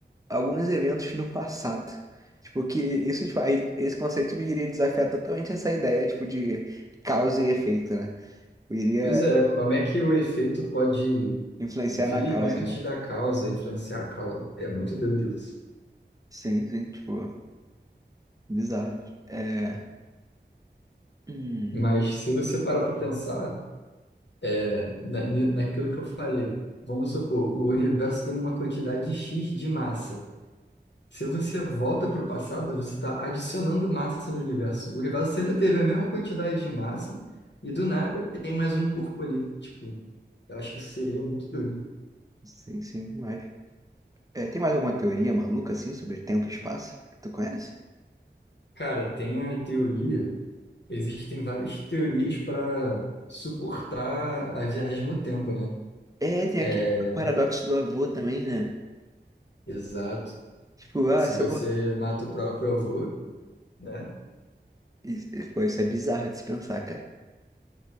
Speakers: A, on the right (about 20°); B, on the left (about 70°).
A: alguns eventos no passado. Tipo, que isso, tipo, aí, esse conceito iria desafiar totalmente essa ideia, tipo, de causa e efeito, né? Iria
B: Pois é, como é que o efeito pode
A: influenciar
B: Vi
A: na causa,
B: antes
A: né?
B: da causa influenciar a causa. É muito doido isso.
A: Sim, sim, tipo, bizarro. É. hum,
B: Mas se você parar para pensar é, na, ni- naquilo que eu falei, vamos supor, o universo tem uma quantidade X de massa. Se você volta para o passado, você está adicionando massa no universo. O universo sempre teve a mesma quantidade de massa e do nada tem mais um corpo ali. Tipo, eu acho que isso seria muito doido.
A: sim, sim, demais. É, tem mais alguma teoria maluca, assim, sobre tempo e espaço que tu conhece?
B: Cara, tem a teoria, existem várias teorias para suportar a viagem no tempo, né?
A: É, tem
B: É,
A: aquele paradoxo do avô também, né?
B: exato.
A: Tipo, ah,
B: Se
A: se
B: você
A: eu voltar.
B: mata o próprio avô, né?
A: Isso, pô, isso é bizarro de se pensar, cara.